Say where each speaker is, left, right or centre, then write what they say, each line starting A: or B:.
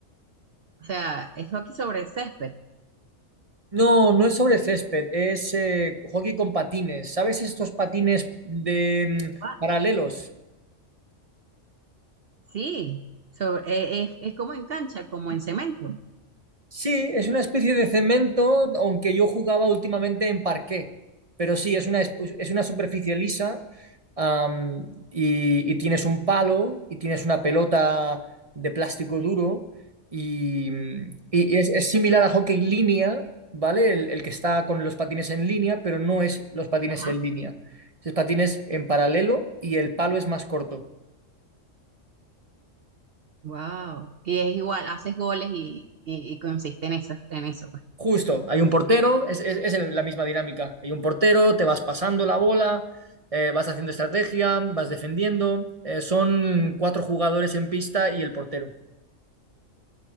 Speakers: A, on the right; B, on the right.
A: o sea, es hockey sobre césped.
B: No, no es sobre césped, es eh, hockey con patines. ¿Sabes estos patines de mm,
A: Ah,
B: paralelos?
A: sí, sobre, eh, es, es como en cancha, como en cemento.
B: Sí, es una especie de cemento, aunque yo jugaba últimamente en parqué. Pero sí, es una, es es una superficie lisa am, y, y tienes un palo y tienes una pelota de plástico duro y, y es, es similar a hockey línea, ¿vale? El, el que está con los patines en línea, pero no es los patines
A: Ajá.
B: en línea. Es patines en paralelo y el palo es más corto.
A: Wow. Y es igual, haces goles y, y, y consiste en eso, en eso.
B: Justo, hay un portero, es, es- es el- la misma dinámica. Hay un portero, te vas pasando la bola, eh, vas haciendo estrategia, vas defendiendo. Eh, son cuatro jugadores en pista y el portero.